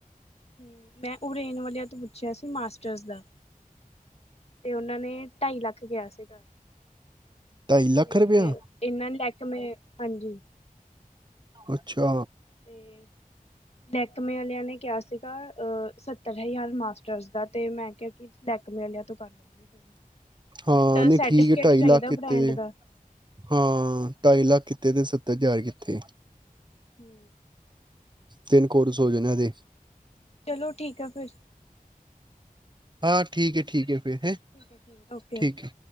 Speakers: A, on the left; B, on the right.
A: ਹੂੰ, ਮੈਂ ਓਰੇਨ ਵਾਲਿਆਂ ਤੋਂ ਪੁੱਛਿਆ ਸੀ ਮਾਸਟਰਸ ਦਾ ਤੇ ਓਨਾਂ ਨੇ ਢਾਈ ਲੱਖ ਕੇਆ ਸੀਗਾ।
B: ਢਾਈ ਲੱਖ
A: ਤੇ
B: ਰੁਪਇਆ
A: ਏਨਾਂ ਲੈਕਮੇ ਹਾਂਜੀ।
B: ਅੱਛਾ!
A: ਤੇ ਲੈਕਮੇ ਆਲੇਆਂ ਨੇ ਕਿਆ ਸੀਗਾ ਅ ਸ ਤਰ ਹਜ਼ਾਰ ਮਾਸਟਰਸ ਦਾ ਤੇ ਮੈਂ ਕਿਆ ਕਿ ਲੈਕਮੇ ਆਲੇਆਂ ਤੋਂ ਕਰ ਲੁਂਗੀ ਫੇਰ।
B: ਹਾਂ
A: ਮੈਂਨ ਟਾ
B: ਨਹੀਂ
A: ਸਰਟੀਫਿਕੇਟ
B: ਠੀਕ ਹੈ ਢਾਈ
A: ਚਾਈਦਾ
B: ਲੱਖ ਕਿੱਤੇ
A: ਬ੍ਰੈਂਡ
B: ਦੇ
A: ਦਾ
B: ਹਾਂ, ਢਾਈ ਲੱਖ ਕਿੱਥੇ ਤੇ ਸੱਤਰ ਹਜ਼ਾਰ ਕਿੱਥੇ?
A: ਹੂੰ।
B: ਤਿੰਨ ਕੋਰਸ ਹੋ ਜਨ ਐਦੇ।
A: ਚਲੋ ਠੀਕ ਆ ਫ਼ਿਰ।
B: ਆਂ ਠੀਕ ਏ-ਠੀਕ ਏ ਫ਼ੇਰ ਹੈਂ।
A: ਠੀਕ ਐ ਠੀਕ ਓਕੇ-ਓਕੇ।
B: ਠੀਕ ਹੈ।